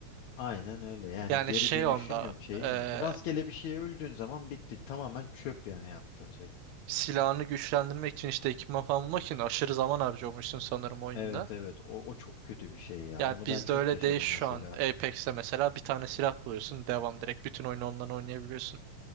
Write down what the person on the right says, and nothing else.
Yani
şey
onda
e,
silahını güçlendirmek için işte ekipman falan bulmak için aşırı zaman harcıyormuşsun sanırım oyunda.
Yani
bizde
öyle
değil şu
an. Apex'te mesela bir tane silah buluyorsun. Devam direkt bütün oyunu ondan oynayabiliyorsun.